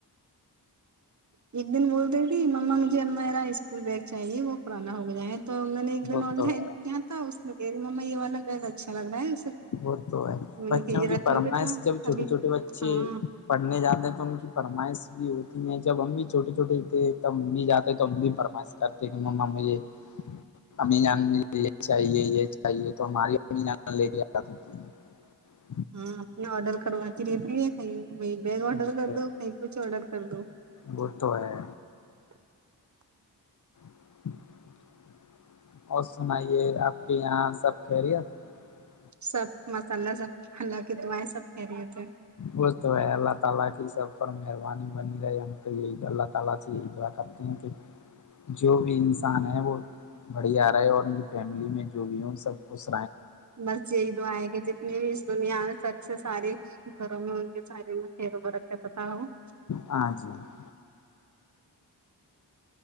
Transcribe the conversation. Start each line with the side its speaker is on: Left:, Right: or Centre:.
Right: ایک دن بول رہی تھی مما مجھے میرا اسکول بیگ چاہیے وہ پرانا ہو گیا ہے تو میں نے ایک دن
Left: وہ
Right: آن
Left: تو
Right: لائن
Left: ہے
Right: کیا تھا اس میں مما یہ والا بہت اچھا لگنا ہے <unintelligible>
Left: وہ تو ہے
Right: میں
Left: بچوں
Right: نے کہ یہ
Left: کی
Right: رکھ
Left: فرمائش
Right: لو بیٹا
Left: جب چھوٹے
Right: کبھی
Left: چھوٹے بچے
Right: ہاں
Left: پڑھنے جاتے ہیں تو ان کی فرمائش بھی ہوتی ہے <unintelligible> جب امی چھوٹے چھوٹے تھے تب امی جاتے تو امی فرمائش کرتے کہ ما مجھے امی جان مجے لے چاہیے یہ چاہیے تو ہماری ا جان لے ج <unintelligible> جات تھی <unintelligible>
Right: ہاں اپنے آڈر کرواتتی رہتی ہے کئی <unintelligible> وہ بیگ آڈر
Left: وہ
Right: کر
Left: تو
Right: دو نہیںیں کچھ آڈر کر دو
Left: وہ
Right: <unintelligible>
Left: تو ہے ہ <unintelligible> اور س نہیں <unintelligible> یہ آپ کے یہاں سب خیریت <unintelligible>
Right: سب مسالہ سب ہلہ کی دائیں سب پری <unintelligible>
Left: وہ تو میں اللہ تعالی کی سب پر مہربانی بنی رہے <unintelligible> اللہ تعالی سے یہ دعا کرتے ہیں کہ جو بھی انسان ہے وہ بڑی ا رہا ہے اور ان کی فیملی میں جو بھی ہوں سب کچھ <unintelligible>
Right: بس یہی تو آئے گ جتنی بھی اس دنیا میں سک سے ساری <unintelligible> گھروں میں ان کے سارے میں خیر ب رکھ کرتا تھا ہو <unintelligible>
Left: ہاں جی <unintelligible>